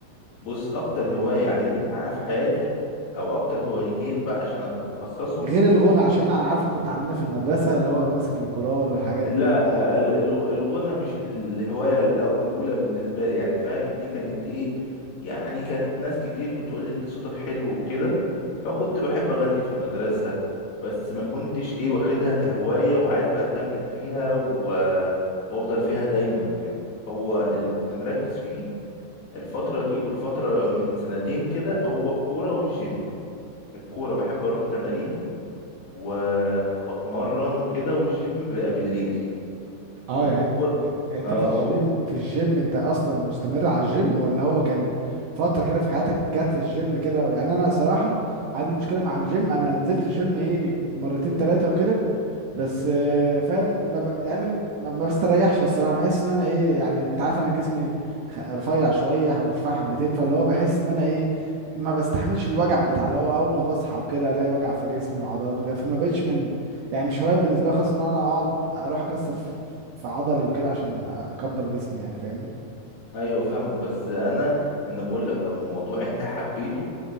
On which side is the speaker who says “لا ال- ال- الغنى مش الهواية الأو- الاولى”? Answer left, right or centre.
Left